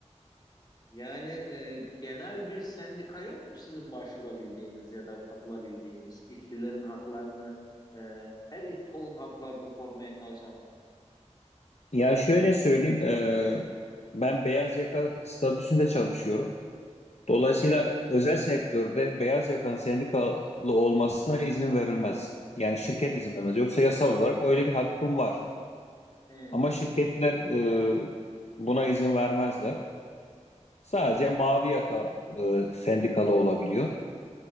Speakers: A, on the left (about 35°); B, on the left (about 65°).
A: Yani e, genel bir sendika yok mu sizin başvurabildiğiniz ya da katılabildiğiniz işçilerin haklarını, e, her iş kolun haklarını korumaya çalışan?
B: Ya şöyle söyleyeyim, e, ben beyaz yaka statüsünde çalışıyorum. Dolayısıyla
A: Hı hı.
B: özel sektörde beyaz yakanın sendikalı olmasına izin verilmez. Yani şirket izin vermez. Yoksa yasal olarak öyle bir hakkım var.
A: Hmm,
B: Ama şirketler e, buna izin vermezler. Sadece
A: hı,
B: mavi yaka e, sendikalı olabiliyor.